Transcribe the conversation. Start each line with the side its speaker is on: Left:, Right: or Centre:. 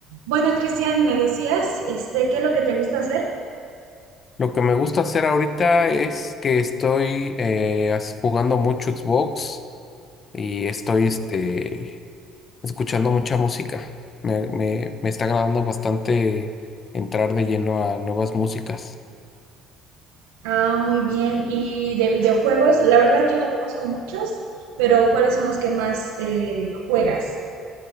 Right: Bueno, Cristian, me decías, este, ¿qué es lo que te gusta hacer?
Left: Lo que me gusta hacer ahorita es que estoy eh, as- jugando mucho Xbox y estoy este, escuchando mucha música. Me, me- me está agradando bastante entrar de lleno a nuevas músicas.
Right: Ah, muy bien. Y de videojuegos, la verdad yo no conozco muchos, pero ¿cuáles son los que más eh, juegas?